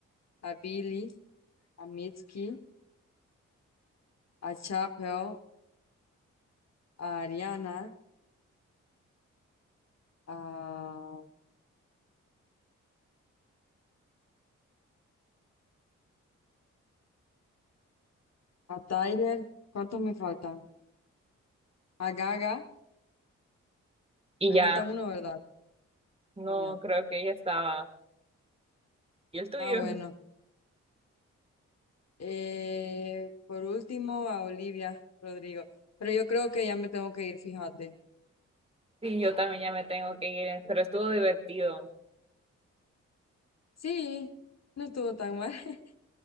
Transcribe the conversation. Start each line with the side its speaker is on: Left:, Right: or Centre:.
Left: a Billy, a Mitski, a Chapel, a Ariana, a... A Tyler, ¿cuántos me faltan? A Gaga,
Right: Y
Left: me
Right: ya,
Left: falta uno, ¿verdad?
Right: no
Left: Oh, ya.
Right: creo que ella estaba. ¿Y el tuyo?
Left: Ah, bueno. Eh, por último, a Olivia Rodrigo. Pero yo creo que ya me tengo que ir, fíjate.
Right: Sí, yo también ya me tengo que ir, pero estuvo divertido.
Left: Sí, no estuvo tan mal. <laughs>